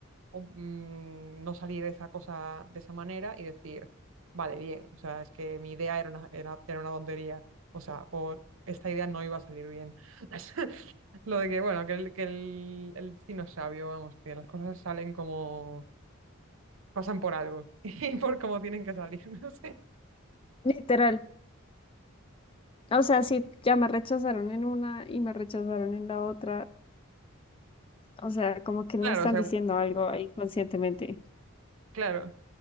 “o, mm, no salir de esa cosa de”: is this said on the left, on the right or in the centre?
Right